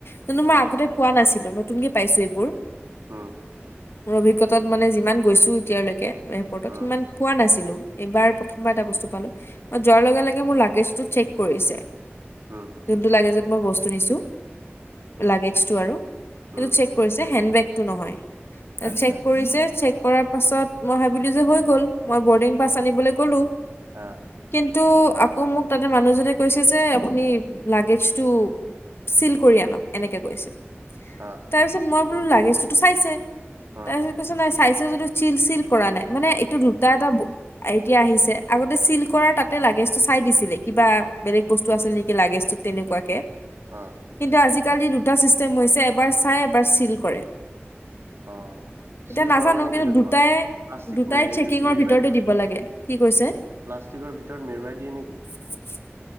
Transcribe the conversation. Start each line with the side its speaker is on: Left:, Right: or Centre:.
Left: কোনোবা
Right: উম
Left: পোৱা নাছিলো নতুনকে পাইছো এইবোৰ।
Right: উহ।
Left: মোৰ অভিজ্ঞতাত মানে যিমান গৈছো এতিয়ালৈকে এয়াৰপৰ্টত
Right: উম
Left: সিমান পোৱা নাছিলো এইবাৰ প্ৰথমবাৰ এটা বস্তু পালো। মই যোৱাৰ লগে লগে মোৰ লাগেজটো চেক কৰিছে।
Right: উম
Left: যোনটো লাগেজত মই বস্তু নিছো লাগেজ
Right: উম
Left: আৰু সেইটো
Right: উম
Left: চেক কৰিছে, হেণ্ডবেগটো নহয়।
Right: আচ্ছা
Left: চেক কৰিছে চেক কৰাৰ পাছত মই ভাবিলোঁ যে হৈ গ'ল। মই বৰ্ডিং পাছ আনিবলৈ গ'লো
Right: অ।
Left: কিন্তু আকৌ মোক তাতে মানুহজনে কৈছে যে আপুনি লাগেজ টো চিল কৰি আনক, এনেকে কৈছে।
Right: আ।
Left: তাৰপিছত মই বোলো লাগেজ টোতো চাইছে।
Right: অ
Left: তাৰপিছত কৈছে নাই চাইছ যিটো চিল চিল কৰা নাই, মানে এইটো দুটা এটা এতিয়া আহিছে। আগতে চিল কৰাৰ তাতে লাগেজটো চাই দিছিলে। কিবা বেলেগ বস্তু টো আছে নেকি লাগেজটো তেনেকুৱাকে।
Right: অ।
Left: কিন্তু আজিকালি দুটা ছিষ্টেম হৈছে। এবাৰ চাই এবাৰ চিল কৰে।
Right: অ',
Left: এতিয়া
Right: চিল
Left: নাজানো
Right: কৰা মানে
Left: কিন্তু
Right: কেনেকুৱা?
Left: দুটাই
Right: প্লাষ্টিক
Left: দুটাই
Right: মেৰি
Left: চেকিংৰ
Right: মেৰুৱাই
Left: ভিতৰতে
Right: দিয়ে,
Left: দিব লাগে। কি কৈছে?
Right: প্লাষ্টিকৰ ভিতৰত মেৰুৱাই দিয়ে নেকি?
Left: <inaudible>